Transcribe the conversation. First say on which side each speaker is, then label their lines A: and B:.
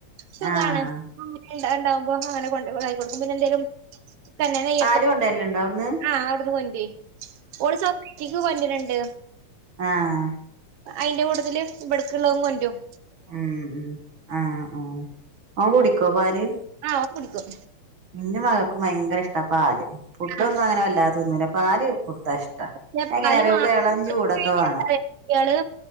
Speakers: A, on the right (about 70°); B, on the right (about 45°).
A: സുഖാണ്
B: ആഹ്
A: ഇണ്ടാവുമ്പോ അങ്ങനെ കൊണ്ടോയടുക്കും പിന്നെന്തേലും. തന്നെ നയ്യപ്പ
B: പാല് കൊണ്ടരലുണ്ടോ അവിടുന്ന്
A: ആ അവിടുന്ന് കൊണ്ടര് ഓൾ സോഫിക്കാക്ക് കൊണ്ടരഡ്.
B: ആഹ.
A: അയിന്റെ കുട്ടത്തിൽ ഇവിടക്കള്ളതും കൊണ്ടാര്.
B: ഉം ഉ ആഹ് ആ ഓൻ കുടിക്കോ പാല്.
A: ആഹ് ഓൻ കുടിക്കും.
B: ഇന്റെ മകൾക്കും ഭയങ്കര ഇഷ്ട പാല് ഫുഡൊന്നും
A: ആ
B: അങ്ങനെ വല്ലാതെതിന്നൂല്ല പാല്. കൊടുത്താ ഇഷ്ട
A: പിന്നെ
B: ആയെങ്ങനെ
A: പാല്
B: അറിയൊ
A: മാത്രം
B: ഓക്ക് എളം
A: കൊടുത്ത്
B: ചൂടൊക്കെ
A: കഴിഞ്ഞാ
B: വേണം.
A: എന്താ കുട്ടികള്